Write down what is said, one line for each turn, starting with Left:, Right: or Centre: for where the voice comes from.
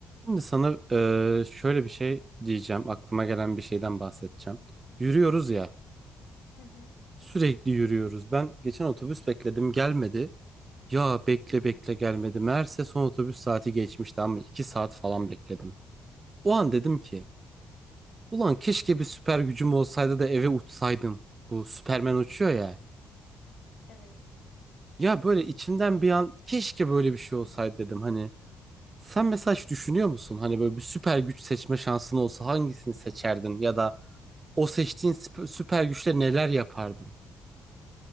Right: Şimdi sana eee, şöyle bir şey diyeceğim. Aklıma gelen bir şeyden bahsedeceğim. Yürüyoruz ya.
Left: Hı hı.
Right: Sürekli yürüyoruz. Ben geçen otobüs bekledim gelmedi. Ya bekle bekle gelmedi. Meğerse son otobüs saati geçmişti ama iki saat falan bekledim. O an dedim ki ulan keşke bir süper gücüm olsaydı da eve uçsaydım. Bu Superman uçuyor ya.
Left: Evet.
Right: Ya böyle içimden bir an keşke böyle bir şey olsaydı dedim. Hani Sen mesela hiç düşünüyor musun? Hani böyle bir süper güç seçme şansın olsa hangisini seçerdin? Ya da o seçtiğin süp- süper güçle neler yapardın?